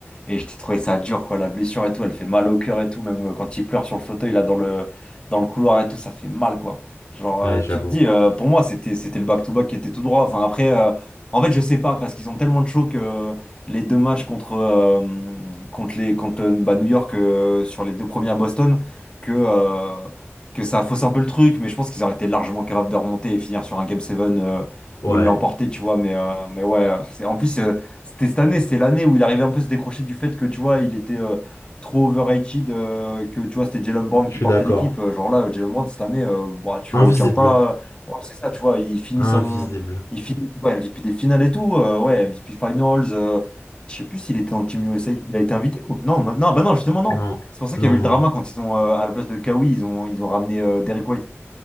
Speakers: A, on the left; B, on the left.
A: et je t'ai trouvé ça dur, quoi. La blessure et tout, elle fait mal au cœur et tout. Même euh, quand il pleure sur le fauteuil, là, dans le, dans le couloir et tout, ça fait mal, quoi. Genre,
B: Ouais,
A: euh,
B: j'avoue.
A: tu te dis, euh, pour moi, c'était, c'était le back-to-back qui était tout droit. Enfin, après, euh, en fait, je sais pas, parce qu'ils ont tellement de chaud que les deux matchs contre, euh, contre, les, contre euh, bah, New York euh, sur les deux premiers à Boston que. euh, que ça fausse un peu le truc, mais je pense qu'ils auraient été largement capables de remonter et finir sur un Game 7 euh,
B: Ouais,
A: où ils l'emportaient, tu vois. Mais, euh, mais ouais, euh, c'est, en plus, euh, c'était cette année, c'était l'année où il arrivait un peu à se décrocher du fait que, tu vois, il était euh, trop overrated, euh, que, tu vois, c'était Jalen Brown
B: je
A: qui
B: suis
A: portait
B: d'accord.
A: l'équipe. Euh, Genre là, euh, Jalen Brown, cette année, euh, bah, tu
B: Invisible.
A: le retiens pas. euh, ouais, c'est ça, tu vois, il finit
B: Invisible.
A: son... Il finit ouais, MVP des finales et tout, euh, ouais, MVP Finals. euh, je sais plus s'il était en Team USA, il a été invité ou... Non, ma- non, bah non, justement, non.
B: Non,
A: C'est pour ça
B: non,
A: qu'il y avait
B: non.
A: eu le drama quand ils ont, euh, à la place de Kawhi, ils ont, ils ont ramené euh, Derrick White.